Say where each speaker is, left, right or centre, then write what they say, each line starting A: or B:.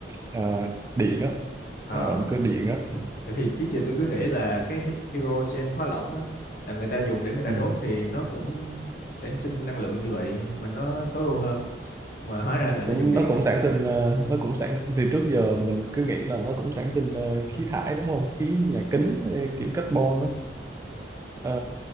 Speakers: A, on the right (about 15°); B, on the left (about 50°).
A: à, điện á
B: À,
A: nó là động cơ điện á
B: tại vì trước giờ tôi cứ nghĩ là cái hydrogen hóa lỏng á, là người ta dùng để người ta
A: ừ.
B: đốt thì nó cũng sản sinh năng lượng như vậy mà nó tối ưu hơn mà hóa ra
A: nó
B: là nó
A: cũng
B: dùng điện
A: nó cũng
B: à.
A: sản sinh ờ, nó cũng sản thì trước giờ mình cứ nghĩ là nó cũng sản sinh ờ, khí thải đúng không khí nhà kính
B: ừ
A: ờ, kiểu carbon
B: ừ
A: á Ờ,